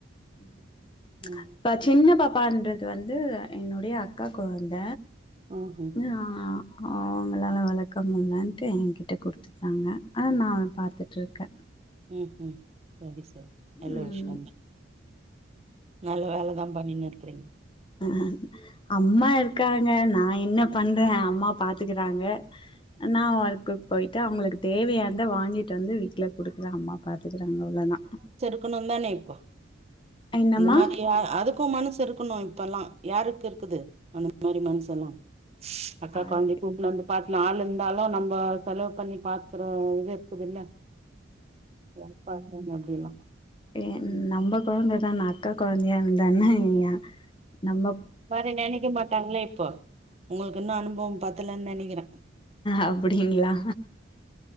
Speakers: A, on the left; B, on the right.
A: ம்
B: ம்
A: இப்ப சின்ன பாப்பான்றது வந்து என்னுடைய அக்கா கொழந்த
B: ம்ஹும்
A: ஆ அவுங்களால வளர்க்க முல்லன்ட்டு என்கிட்ட குடுத்துட்டாங்க அத நா பார்த்துட்டுருக்கே
B: ம் ம் சரி சரி நல்ல
A: ம்
B: விஷயன்ற நல்ல வேலதா பண்ணின் இருக்கறீங்க
A: அ அம்மா இருக்காங்க நா என்ன பண்ற அம்மா பாத்துக்கறாங்க நா ஒர்க்குக்கு போயிட்டு அவங்களுக்கு தேவையானத வாங்கிட்டு வந்து வீட்ல குடுக்குறே அம்மா பார்த்துக்கறாங்க அவ்ளோ தா
B: இருக்கணு தானே இப்போ
A: என்னம்மா
B: அந்த மாரி அதுக்கு மனசு இருக்கணு இப்பெல்லா யாருக்கு இருக்குது அந்த மாரி மனசெல்லா அக்கா
A: யாருக்கு
B: கொழந்தைய கூட்னு வந்து பாத்துல ஆள் இருந்தாலு நம்மோ செலவு பண்ணி பாத்துறோ இது இருக்குதுல்ல யார் பாப்பா அப்டில்லா
A: ஏ
B: ம்
A: நம்ப கொழந்த தானெ அக்கா கொழந்தயா இருந்தா என்ன நம்ப
B: மாரி நெனைக்க மாட்டாங்களே இப்போ உங்களுக்கு இன்னு அனுபவம் பத்தலன் நெனைக்கிறே
A: அப்டிங்ளா